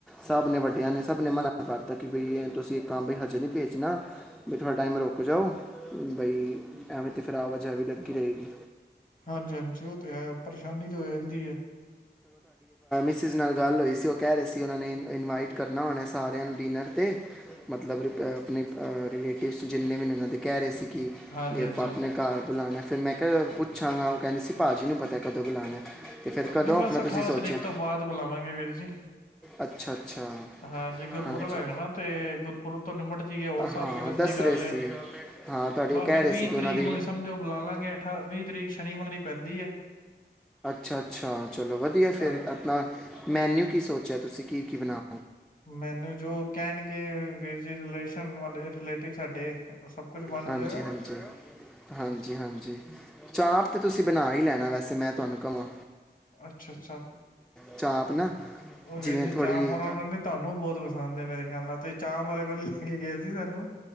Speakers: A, in the centre; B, on the left.
A: ਸਭ ਨੇ ਵੱਡਿਆਂ ਨੇ ਸਭ ਨੇ ਮਨਾ ਕਰ ਦਿੱਤਾ ਕਿ ਬਈ ਤੁਸੀਂ ਇੱਕ ਕੰਮ ਹਜੇ ਨਹੀਂ ਭੇਜਣਾ ਵੀ ਥੋੜਾ ਟਾਈਮ ਰੁਕ ਜਾਓ ਬਈ ਐਵੇਂ ਤੇ ਫਿਰ ਆਵਾਜਾਈ ਵੀ ਲੱਗੀ ਰਹੇਗੀ।
B: ਹਾਂਜੀ ਹਾਂਜੀ ਉਹ ਤੇ ਹੈ। ਪਰੇਸ਼ਾਨੀ ਤੇ ਹੋ ਜਾਂਦੀ ਹੈ।
A: ਮਿਸਿਜ਼ ਨਾਲ ਗੱਲ ਹੋਈ ਸੀ ਉਹ ਕਹਿ ਰਹੇ ਸੀ ਉਹਨਾਂ ਨੇ ਇਨਵਾਈਟ ਕਰਨਾ ਉਹਨਾਂ ਸਾਰਿਆਂ ਨੂੰ ਡਿਨਰ ਤੇ ਮਤਲਬ ਆਪਣੇ ਰਿਲੇਟਿਵਸ ਜਿੰਨੇ ਵੀ ਉਹਨਾਂ ਦੇ ਕਹਿ ਰਹੇ ਸੀ ਕਿ।
B: ਹਾਂਜੀ
A: ਕੇ ਆਪਾ
B: ਹਾਂਜੀ
A: ਆਪਣੇ ਘਰ ਬੁਲਾਉਣਾ ਫਿਰ ਮੈਂ ਕਿਹਾ ਪੁ ਪੁੱਛਾਂਗਾ <inaudible> ਉਹ ਕਹਿੰਦੇ ਸੀ ਭਾਜੀ ਨੂੰ ਪਤਾ ਕਦੋਂ ਬੁਲਾਨਾ । ਤੇ ਫਿਰ ਕਦੋਂ
B: ਜੀ ਬਸ
A: ਆਪਣਾ ਤੁਸੀਂ
B: ਅਠਾਰਾਂ
A: ਸੋਚਿਆ?
B: ਤਰੀਕ ਤੋਂ ਬਾਅਦ ਬੁਲਾਵਾਂਗੇ ਵੀਰ ਜੀ
A: ਅੱਛਾ ਅੱਛਾ
B: ਹਾਂਜੀ ਗੁਰਪੁਰਬ
A: ਹਾਂਜੀ
B: ਹੈਗਾ ਨਾ ਤੇ ਗੁਰਪੁਰਬ ਤੋਂ ਨਿਮਟ ਜਾਈਏ ਹੋਰ ਸੱਤ
A: ਹਾਂ।
B: ਦਿਨ
A: ਦੱਸ
B: ਦੀ ਗੱਲ
A: ਰਹੇ ਸੀ।
B: ਏ
A: ਹਾਂ ਤੁਹਾਡੀ
B: ਬਸ
A: ਕਹਿ
B: ਫਿਰ
A: ਰਹੇ
B: ਵੀਹ
A: ਸੀ ਕਿ ਬਸ
B: ਤਰੀਕ
A: ਉਹਨਾਂ ਦੀ
B: ਨੂੰ ਸਮਝੋ ਬੁਲਾ ਲਾਂਗੇ ਅਠਾ ਵੀਹ ਤਰੀਕ ਸ਼ਨੀਵਾਰ ਪੈਂਦੀ ਹੈ।
A: ਅੱਛਾ ਚਲੋ ਵਧੀਆ ਫਿਰ
B: ਹਾਂਜੀ
A: ਆਪਣਾ ਮੈਨਿਊ ਕੀ ਸੋਚ ਅੱਛ ਤੁਸੀਂ ਕੀ ਕੀ ਬਣਾ
B: ਮੈਨੂੰ ਜੋ ਕਹਿਣਗੇ ਵੀਰ ਜੀ ਰਿਲੇਸ਼ਨ ਵਾਲੇ ਰਿਲੇਟਿਵ ਸਾਡੇ ਸਭ ਕੁਛ ਬਣ
A: ਹਾਂਜੀ
B: ਜਾਏਗਾ।
A: ਹਾਂਜੀ ਹਾਂਜੀ ਹਾਂਜੀ। ਚਾਪ ਤੇ ਤੁਸੀਂ ਬਣਾ ਹੀ ਲੈਣਾ। ਵੈਸੇ ਮੈਂ ਤੁਹਾਨੂੰ ਕਵਾਂ।
B: ਅੱਛਾ ਅੱਛਾ
A: ਚਾਂਪ ਨਾ
B: ਉਹ
A: ਜਿਵੇਂ
B: ਵੀਰ ਜੀ
A: ਥੋੜੀ
B: ਚਾਪ ਉਹਨਾਂ ਨੂੰ ਨਹੀਂ ਤੁਹਾਨੂੰ ਬਹੁਤ ਪਸੰਦ ਹੈ। ਮੇਰੇ ਖਿਆਲ ਨਾਲ ਤੁਸੀਂ ਚਾਪ ਵਾਲੇ ਕੋਲ ਲੈ ਕੇ ਗਏ ਸੀ ਸਾਨੂੰ